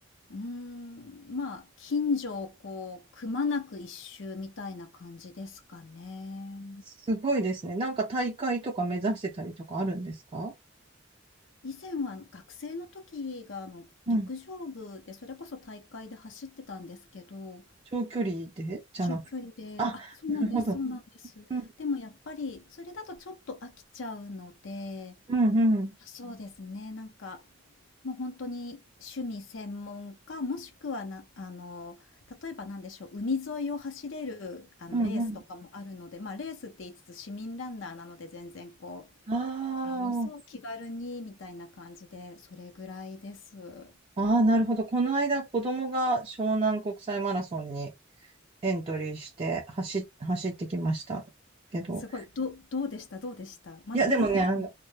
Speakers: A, on the left; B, on the right.
A: うーん、まあ、近所をこう、くまなく一周みたいな感じですかね。
B: すごいですね。なんか大会とか目指してたりとかあるんですか
A: 以前は学生の時があの陸上部でそれこそ大会で走ってたんですけど、
B: うん、長距離でじゃなく、
A: 長距離で、
B: あ、
A: あ、そうなんです、
B: なるほど。
A: そうなんです。
B: うん、
A: でもやっぱりそれだとちょっと飽きちゃうので、
B: うん、うん、
A: そうですね。なんか、もう本当に趣味専門か、もしくはなあの、例えばなんでしょう、海沿いを走れる、あの、
B: うん、
A: レースとかもあるので、
B: うん。
A: まあ、レースって言いつつ市民ランナーなので、全然こう、
B: あ
A: あの、そう、気軽にみたいな感じで、それぐらいです。
B: あ、ああ、なるほど。この間、子供が湘南国際マラソンにエントリーして走っ、走ってきましたけど。
A: すごい、どどうでしたどうでした？まだ出たことない
B: いや、でもね、あの、